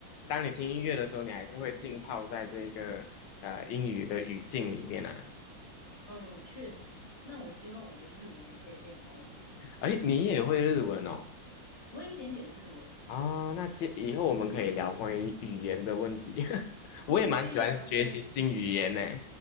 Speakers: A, on the left (about 70°); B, on the left (about 15°).
A: 当你听音乐的时候，你还是会浸泡在这个呃英语的语境里面啊。
B: 嗯，确实。那我希望我的日文也可以变好一点，
A: 哎，
B: 要多听，
A: 你也会日文哦？
B: 我会一点点日文。
A: 啊、那接以后我们可以聊关于语言的问题。<laughs>
B: 哦，
A: 我也蛮喜欢学习新语言呢。
B: 可以哦，可以哦